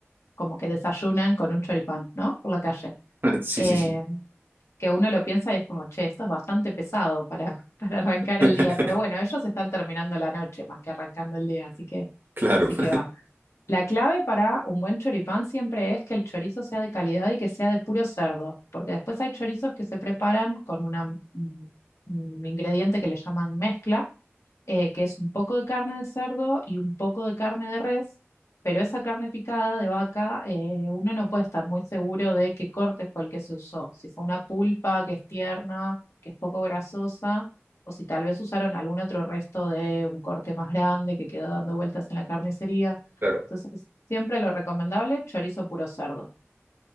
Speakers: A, on the left; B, on the right.
A: como que desayunan con un choripán, ¿no? Por la calle.
B: <laughs> Sí,
A: Eh,
B: sí, sí.
A: que uno lo piensa y es como, che, esto es bastante pesado para, <laughs> para arrancar
B: <laughs>
A: el día, pero bueno, ellos están terminando la noche más que arrancando el día, así que,
B: Claro,
A: así
B: <laughs>
A: que va. La clave para un buen choripán siempre es que el chorizo sea de calidad y que sea de puro cerdo, porque después hay chorizos que se preparan con una, mm, un ingrediente que le llaman mezcla, eh, que es un poco de carne de cerdo y un poco de carne de res, pero esa carne picada de vaca, eh, uno no puede estar muy seguro de qué corte fue el que se usó, si fue una pulpa que es tierna, que es poco grasosa, o si tal vez usaron algún otro resto de un corte más grande que quedó dando vueltas en la carnicería.
B: claro.
A: Entonces, siempre lo recomendable, chorizo puro cerdo.